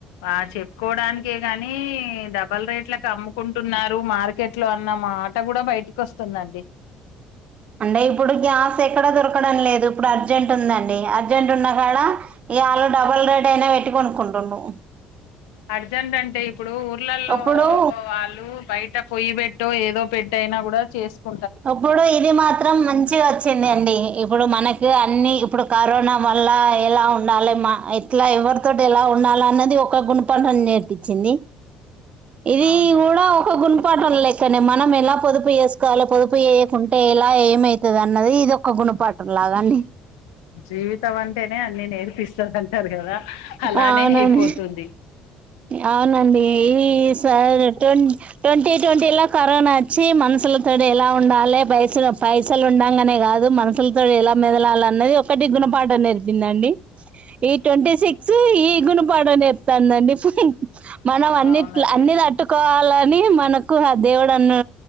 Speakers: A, on the left (about 85°); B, on the right (about 45°).
A: ఆ చెప్పుకోవడానికే కాని డబల్ రేట్లలకు అమ్ముకుంటున్నారు మార్కెట్ ట్లో అన్న మా ఆట కూడా బయటికి వస్తుందండి
B: అంటే ఇప్పుడు గ్యాస్ ఎక్కడ దొరకడం లేదు ఇప్పుడు అర్జెంట్ ఉంద అర్జెంట్ ఉన్నా కాడ ఇగ ఆళ్ళు డబుల్ రేట్ అయినా పెట్టి కొనుకుంటు
A: అర్జెంట్ అంటే ఇప్పుడు ఊర్లలో
B: ఇప్పుడు
A: వాళ్ళు బయట పొయ్యిబెట్టు ఏదో పెట్టి అయినా కూడా చేసుకు
B: అప్పుడు ఇది మాత్రం మంచిగా వచ్చింది అండి ఇప్పుడు మనకి అన్ని ఇప్పుడు కరోనా వల్ల ఎలా ఉండాలి మా ఇట్లా ఎవరితో ఎలా ఉండాల అన్నది ఒక గుణపాఠం నేర్పించింది ఇది
A: అవును
B: కూడా ఒక గుణ పాఠం లేక్కనే మనం ఎలా పొదుపు చేేసుకోవాలి పొదుపు చేయకుంటే ఎలా ఏమైతది అన్నది ది ఇదొక్క గుణపాఠంలాగా అండి
A: జీవిత అంటేనే అని నేర్పిస్త ది అంటారు కదా అలానే
B: అవునండి
A: అయిపోతుంది
B: అవునండి ఈ సర్ ట్వంటీ ట్వంటీ లో కరోనా వచ్చి మనుషుల తోటి ఎలా ఉండాలి పైస పైసలు ఉండగానే కాదు మనషులతోటి ఎలా మెదలాలి అన్నది ఒకటి గుణపాఠం నేర్పింద ఈ ట్వంటీ సిక్స్ ఈ గుణపాఠం నేర్పాతంది అండి మనం అన్నిట్ల
A: అవునండి
B: అన్ని తట్టుకోవాలని మనకు ఆ దేవుడున్న